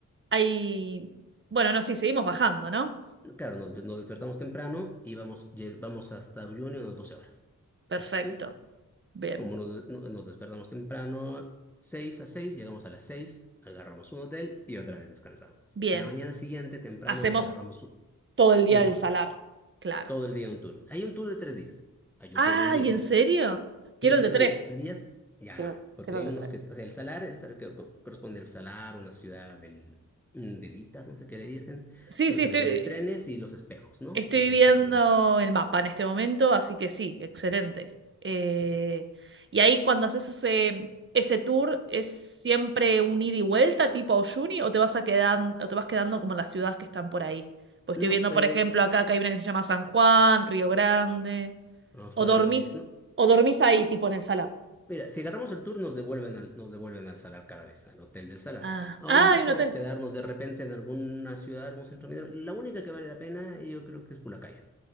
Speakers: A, on the right; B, in the centre.
A: hay... Bueno, no, sí, seguimos bajando, ¿no?
B: claro, nos, nos despertamos temprano y vamos, lle- vamos hasta Uyuni unas 12 horas.
A: Perfecto.
B: Eso sí,
A: Bien,
B: como nos, no- nos despertamos temprano, 6 a 6 llegamos a las 6, agarramos un hotel y otra vez descansamos.
A: bien.
B: A la mañana siguiente, temprano,
A: Hacemos
B: nos agarramos u-
A: todo el día
B: un
A: del
B: tour,
A: salar, claro.
B: todo el día un tour. Hay un tour de tres días, hay
A: Ah,
B: un tour de un día.
A: ¿y en serio?
B: ¿Quieres
A: Quiero el
B: el
A: de tres.
B: tour de 10? Ya,
A: Quiero,
B: porque
A: quiero
B: hay
A: el de
B: unos
A: tres.
B: que, o sea, el salar es el que co- corresponde al salar, una ciudad del, mm, de Litas, no sé qué le dicen,
A: Sí,
B: un
A: sí,
B: cementerio
A: estoy.
B: de trenes y los espejos, ¿no?
A: Estoy
B: Los
A: viendo
B: espejos de agua.
A: el mapa en este momento, así que sí, excelente. Eh,
B: Sí.
A: y ahí cuando haces ese, ese tour, ¿es siempre un ida y vuelta tipo Oyuni o te vas a quedan- o te vas quedando como en las ciudades que están por ahí? Pues
B: No,
A: estoy viendo,
B: eh,
A: por ejemplo,
B: eh,
A: acá que hay una que se llama San Juan, Río Grande.
B: nos
A: O
B: podemos,
A: dormís,
B: no.
A: o dormís ahí, tipo en el salar.
B: Mira, si agarramos el tour nos devuelven al, nos devuelven al salar cada vez, al hotel del salar.
A: Ah,
B: Ahora
A: ah,
B: nosotros
A: hay un
B: podemos
A: hotel.
B: quedarnos de repente en alguna ciudad, algún centro minero. La única que vale la pena yo creo que es Pulacayo.